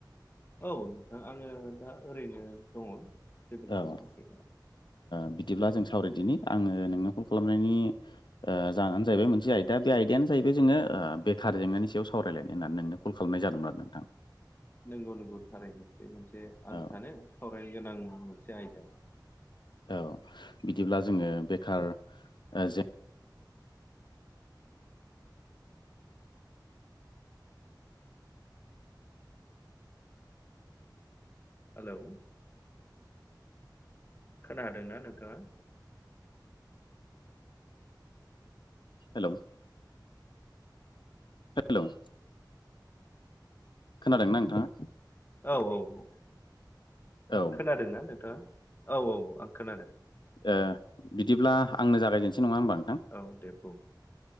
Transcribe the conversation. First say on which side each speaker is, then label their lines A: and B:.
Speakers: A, on the left (about 30°); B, on the left (about 70°).
A: औ नोंथां आङो दा ओरैनो दङ जेबो खालामाखै
B: औ - ओह - बिदिब्ला जों सावरायदिनि आङो नोंनो कल खालामनायनि ओह - जाहोनानो जाहैबाय मोनसे आयदा बे आयदायानो जाहैबाय जोङो बेखार जेंनानि सायाव सावरायलायनाय होननानै नोंनो कल खालाम नाय जादोंमोन आरो नोंथां
A: नंगौ- नंगौ थारैनो बे मोनसे आं
B: औ
A: सानो सावरायनो गोनां मोन से आयदा
B: औ - बिदिब्ला जोङो बेखार - ओह जें
A: हेल' खोनादोंना नोंथाङा
B: हेल' हेल' खोनादोंना नोंथाङा
A: औ - औ
B: औ
A: खोनादोंना नोंथाङा - औ - औ - औ आं खोनादों
B: ए - बिदिब्ला आंनो जागायजेनसै नङा होमबा नोंथां
A: औ दे बुं